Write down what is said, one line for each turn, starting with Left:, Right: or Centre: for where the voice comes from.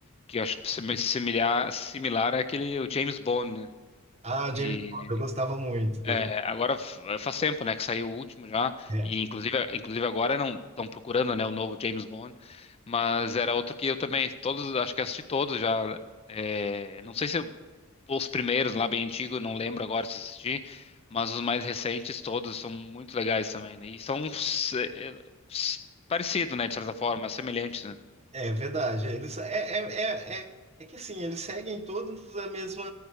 Left: que eu acho que semi- similar, similar é aquele o James Bond. né?
Right: Ah, James
Left: E
Right: Bond, eu gostava muito dele.
Left: é, agora f- faz tempo, né, que saiu o último já,
Right: É,
Left: e inclusive, inclusive agora não estão procurando, né, o novo James Bond, mas era outro que eu também todos, acho que assisti todos já. É, não sei se eu os primeiros lá, bem antigos, não lembro agora se assisti, mas os mais recentes todos são muito legais também, né? E são se- eh, s- parecidos, né, de certa forma, semelhantes, né?
Right: é verdade. Eles, é, é, é, é, é que assim, eles seguem todos a mesma,